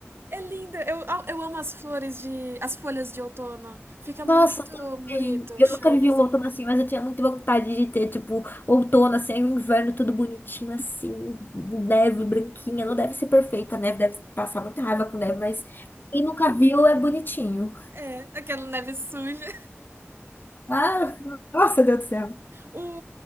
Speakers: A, on the right; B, on the left.
A: É lindo. Eu, eu amo as flores de, as folhas de outono. Fica
B: Nossa,
A: muito
B: também.
A: bonito o
B: Eu
A: chão,
B: nunca vivi
A: assim.
B: um outono assim, mas eu tinha muita vontade de ter, tipo, outono, assim, aí o inverno tudo bonitinho, assim, neve branquinha. Não deve ser perfeita, a neve deve passar muita raiva com neve, mas quem nunca viu é bonitinho.
A: É, aquela neve suja.
B: Ah, nossa, Deus do céu.
A: O,